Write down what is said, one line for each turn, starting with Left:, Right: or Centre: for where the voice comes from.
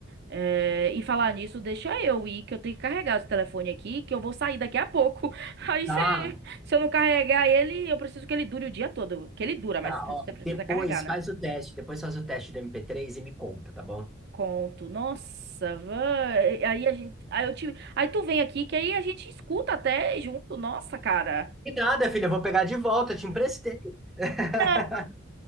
Right: É, e falar nisso, deixa eu ir, que eu tenho que carregar esse telefone aqui, que eu vou sair daqui a pouco. <laughs> Aí
Centre: Tá,
Right: você, se eu não carregar ele, eu preciso que ele dure o dia todo. Que ele dura,
Centre: tá,
Right: mas você
Centre: ó.
Right: precisa
Centre: Depois
Right: carregar, né?
Centre: faz o teste, depois faz o teste do mp três e me conta, tá bom?
Right: Conto, nossa, vai. Aí a gente, aí eu tive, aí tu vem aqui que aí a gente escuta até junto, nossa, cara.
Centre: E nada, filha, eu vou pegar de volta, eu te emprestei. <laughs>
Right: Não,